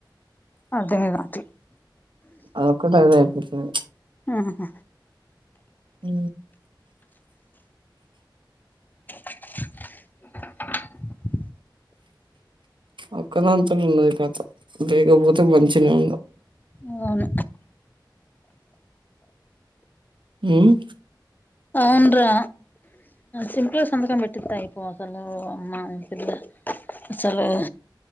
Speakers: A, on the left; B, on the right.
A: అర్ధమే కావట్లే
B: అదొక్కటి అదే అయిపోతుంది
A: ఉహ్
B: ఉ
A: <inaudible>
B: పక్కనోళ్లతో ఉంది కథ లేకపోతె మంచినె ఉంట
A: అవును
B: ఉమ్
A: అవునురా విపిస్ సంతకం పెట్టిత్తే అయిపో అసలు మా ఆర్ అసలు